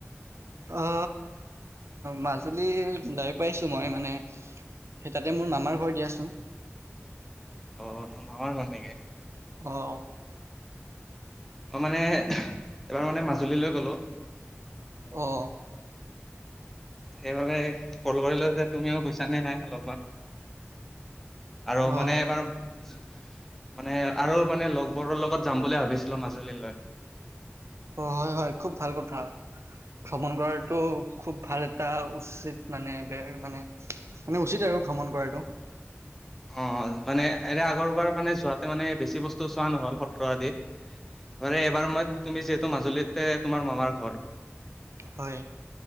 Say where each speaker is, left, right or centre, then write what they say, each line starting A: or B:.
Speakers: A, on the right (about 70°); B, in the centre.
A: অ মাজুলী যায় পাইছোঁ মই মানে সেই তাতে মোৰ মামাৰ ঘৰ দিয়াচোন।
B: অ' তোমাৰ মামাৰ ঘৰ নেকি।
A: অ'।
B: মই মানে, এবাৰ মানে মাজুলীলৈ গ'লো।
A: অ'।
B: সেইবাবে ক'ল কৰিলোঁ যে তুমিও গৈছা নে নাই লগত। আৰু
A: অ
B: মানে এবাৰ মানে আৰু মানে লগবোৰৰ লগত যাম বুলি ভাবিছিলোঁ মাজুলীলৈ।
A: অ' হয় হয় খুব ভাল কথা, ভ্ৰমণ কৰাটো খুব ভাল এটা উচিত মানে বে মানে, মানে উচিত আৰু ভ্ৰমণ কৰাটো।
B: অ' মানে এনে আগৰবাৰ মানে যোৱাতে মানে বেছি বস্তু চোৱা নহ'ল সত্ৰ আদি। <unintelligible> এইবাৰ মই তুমি যিহেতু মাজুলীতে তোমাৰ মামাৰ ঘৰ।
A: হয়